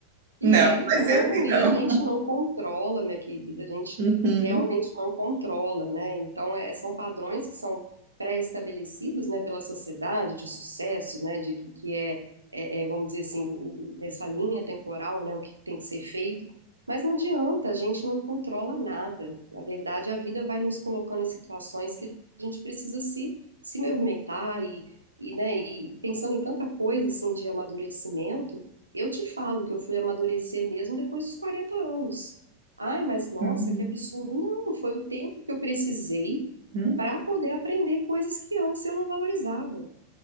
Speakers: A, on the right (about 80°); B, on the right (about 50°).
A: E
B: Não,
A: é, não,
B: vai ser assim
A: e
B: não.
A: a gente não controla, minha querida, a gente
B: Uhum.
A: realmente não controla, né? Então, é- são padrões que são pré-estabelecidos, né, pela sociedade de sucesso, né, de que, que é, é, é, vamos dizer assim, o- o- nessa linha temporal, né, o que que tem que ser feito, mas não adianta, a gente não controla nada. Na verdade, a vida vai nos colocando em situações que a gente precisa se, se movimentar e, e, né, e pensando em tanta coisa, assim, de amadurecimento, eu te falo que eu fui amadurecer mesmo depois dos 40 anos. Ai, mas nossa,
B: Uhum.
A: que absurdo. Não, foi o tempo que eu precisei
B: Uhum.
A: para poder aprender coisas que antes eu não valorizava.